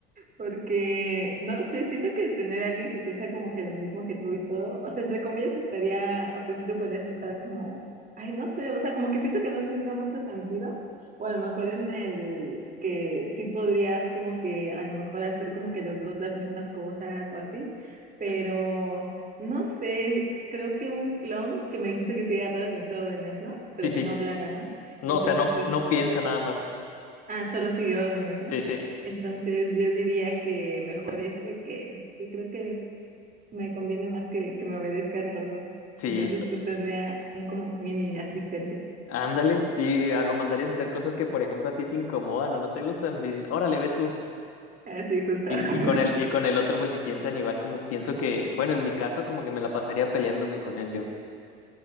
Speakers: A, on the right; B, on the left.
A: Porque, no sé, siento que tener a alguien que piensa como que lo mismo que tú y todo, o sea, entre comillas estaría, o sea, sí lo podrías usar como, ay, no sé, o sea, como que siento que no tendría mucho sentido, o a lo mejor en el que sí podrías como que a lo mejor hacer como que los dos las mismas cosas o así, pero no sé, creo que un clon que me dijiste que siguiera todas mis órdenes, ¿no? Pero
B: Sí, sí.
A: que no hablara, ¿no?
B: No,
A: Entonces,
B: o sea, no,
A: pues
B: no piensa nada más.
A: Ah, solo sigue órdenes, ¿no?
B: Sí, sí.
A: Entonces yo diría que mejor ese que sí, creo que me conviene más que, que me obedezca en todo.
B: Sí,
A: Entonces
B: está-
A: pues tendría un como mini asistente.
B: ándale. Y a- lo mandarías a hacer cosas que, por ejemplo, a ti te incomodan o no te gustan. Le dices, órale, ve tú.
A: Así justo.
B: Y, y con el,
A: <laughs>
B: y con el otro, pues si piensan igual, como pienso que, bueno, en mi caso, como que me la pasaría peleándome con él yo.